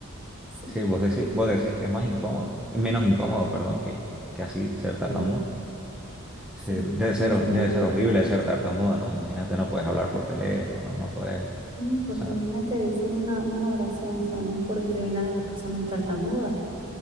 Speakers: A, on the right (about 25°); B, in the centre.
A: Sí,
B: sí, vos decís, vos decís que es más incómodo, menos incómodo, perdón, que, que así ser tartamudo.
A: sí, sí,
B: Sí, debe
A: mucho
B: ser, ho-
A: menos
B: debe ser
A: incómodo.
B: horrible ser tartamudo, ¿no? Imagínate, no puedes hablar por teléfono, no puedes...
A: Mm, Porque
B: O sea,
A: imagínate decir una, una oración, o sea, no es por discriminar a las personas tartamudas,